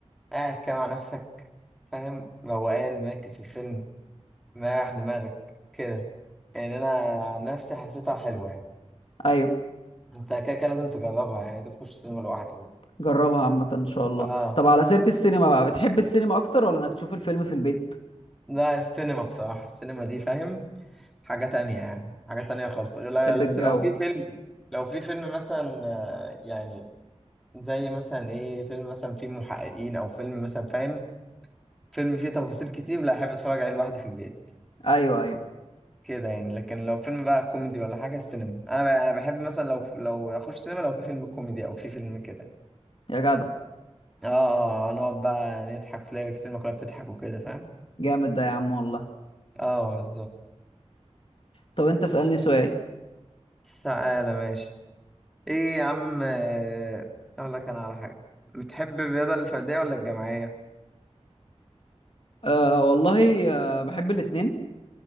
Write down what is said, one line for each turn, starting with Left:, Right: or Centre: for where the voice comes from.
Centre: قاعد كده مع نفسك فاهم روقان مركز في الفيلم مريح دماغك كده يعني انا عن نفسي حسيتها حلوه يعني
Left: ايوه
Centre: انت كده كده لازم تجربها يعني تخش السينما لوحدك
Left: جربها عامه ان شاء الله
Centre: اه
Left: طب على سيره السينما بقى بتحب السينما اكتر ولا انك تشوف الفيلم في البيت
Centre: لا السينما بصراحه السينما دي فاهم حاجه تانية يعني حاجه تانية خالص لا
Left: تحب
Centre: بس
Left: الجو
Centre: لو في فيلم لو في فيلم مثلا آه، يعني زي مثلا ايه فيلم مثلا فيه محققين او فيلم مثلا فاهم فيلم فيه تفاصيل كتير لا احب اتفرج عليه لوحدي في البيت
Left: ايوه ايوه
Centre: كده يعني لكن لو فيلم بقى كوميدي ولا حاجه السينما انا بقى أنا بحب مثلا لو لو اخش سينما لو في فيلم كوميدي او في فيلم كده
Left: يا جدع
Centre: اه آه، آه، نقعد بقى نضحك تلاقي السينما كلها بتضحك وكده فاهم
Left: جامد ده يا عم والله
Centre: اه بالظبط
Left: طب انت اسألني سؤال
Centre: تعالى ماشي ايه يا عم آه، اقول لك انا على حاجه بتحب الرياضه الفرديه ولا الجماعيه
Left: أه والله أه بحب الاتنين